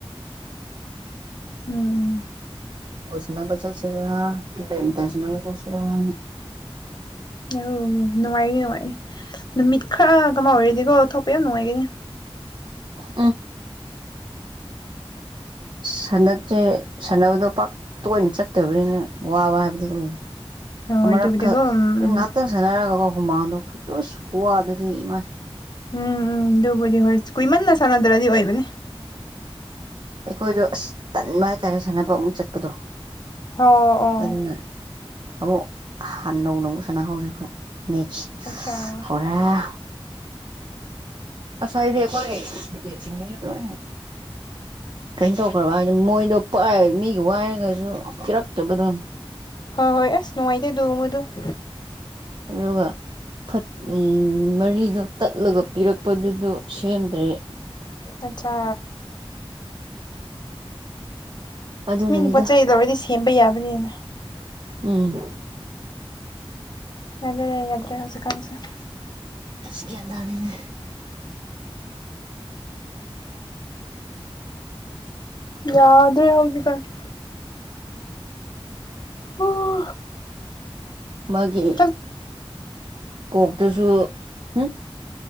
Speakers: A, on the left (about 45°); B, on the right (about 50°).
A: ꯎꯝ
B: ꯑꯣꯁꯅ ꯄꯆꯥꯁꯦ ꯦꯝꯗꯥꯖꯅ ꯄꯆꯥꯁꯤ <unintelligible>
A: ꯑꯣ ꯅꯨꯡꯉꯥꯏꯒꯅꯤ ꯅꯨꯡꯉꯥꯏꯅꯤ ꯅꯨꯃꯤꯠ ꯈꯔ ꯀꯃꯥꯏ ꯑꯣꯏꯔꯗꯤꯒꯣ ꯊꯣꯛꯄ ꯌꯥꯝ ꯅꯨꯡꯉꯥꯏꯒꯅꯤ
B: ꯎꯝ ꯁꯟꯗꯛꯁꯦ ꯁꯥꯟꯅꯕꯗꯣ ꯄꯥꯛ ꯇꯣꯏꯅ ꯆꯠꯇꯕꯅꯤꯅꯦ ꯋꯥꯕ ꯍꯥꯏꯕꯗꯨꯣ ꯑꯣꯏꯔꯦ
A: ꯍꯣꯏ
B: ꯑꯃꯔꯛꯈꯛ
A: ꯑꯗꯨꯕꯨꯗꯤꯀꯣ ꯎꯝ
B: ꯑꯩ
A: ꯎꯝ
B: ꯉꯍꯥꯛꯇꯪ ꯁꯥꯟꯅꯔꯒꯀꯣ ꯍꯨꯃꯥꯡꯗꯣ ꯈꯨꯠꯇꯨ ꯈꯄꯋꯥꯗꯨꯗꯤ ꯑꯗꯨꯗꯤ ꯏꯃꯥꯏ
A: ꯎꯝ ꯎꯝ ꯗꯨꯕꯨꯗꯤ ꯍꯣꯏ ꯀꯨꯏꯃꯟꯅ ꯁꯥꯟꯅꯗ꯭ꯔꯗꯤ ꯑꯣꯏꯕꯅꯦ ꯫
B: ꯑꯩꯈꯣꯏꯗꯣ ꯑꯁ ꯇꯟꯕ ꯍꯥꯏꯇꯥꯔꯦ ꯁꯥꯟꯅꯕ ꯑꯃꯨꯛ ꯆꯠꯄꯗꯣ
A: ꯍꯣ ꯑꯣ
B: ꯑꯗꯨꯅ ꯑꯃꯨꯛ ꯍꯥꯟ ꯅꯧꯅ ꯑꯃꯨꯛ ꯁꯥꯟꯅ ꯍꯧꯔꯦ ꯍ‌ꯣꯏ ꯃꯦꯠꯁ
A: ꯑꯠꯆꯥꯥ
B: ꯑꯣꯔꯦ ꯑꯁꯥꯏꯗꯤ ꯑꯈ‌ꯣꯏ <unintelligible> ꯂ‌ꯣꯏꯅ ꯀꯩꯅꯣ ꯇꯧꯈ꯭ꯔꯕ ꯍꯥꯏꯗꯤ ꯃꯣꯏꯗꯣ ꯄꯥꯏꯕꯡꯔ ꯃꯤꯒꯤ ꯋꯥꯏꯔꯒꯁꯨ ꯀꯤꯔꯛꯇꯕꯗꯣ ꯫
A: ꯍꯣꯏ ꯍꯣꯏ ꯑꯁ ꯅꯨꯡꯉꯥꯏꯇꯦ ꯑꯗꯨꯒꯨꯝꯕꯗꯨ ꯫
B: ꯑꯗꯨꯒ ꯐꯠ ꯎꯝ ꯃꯔꯤꯗꯨ ꯇꯠꯂꯒ ꯄꯤꯔꯛꯄꯗꯨꯗꯨ ꯁꯦꯝꯗ꯭ꯔꯤ ꯫
A: ꯑꯠꯆꯥ
B: ꯑꯗꯨꯅꯅꯤꯗ
A: ꯃꯤꯒꯤ ꯄꯣꯠ ꯆꯩ ꯂꯧꯔꯗꯤ ꯁꯦꯝꯕ ꯌꯥꯕꯅꯤꯅ ꯫
B: ꯎꯝ
A: ꯑꯗꯨꯅ ꯌꯥꯗ꯭ꯔꯦ ꯍꯧꯖꯤꯛꯀꯥꯟꯁꯦ ꯫
B: ꯑꯁ ꯒ꯭ꯌꯥꯟ ꯇꯥꯗ‌ꯦꯅ‌ꯦ ꯫
A: ꯌꯥꯗ꯭ꯔꯦ ꯍꯖꯤꯛꯀꯥꯟ ꯫ ꯑꯣ
B: ꯃꯥꯒꯤ
A: ꯆꯥꯛ
B: ꯄ‌ꯣꯛꯇꯨꯁꯨ ꯎꯝ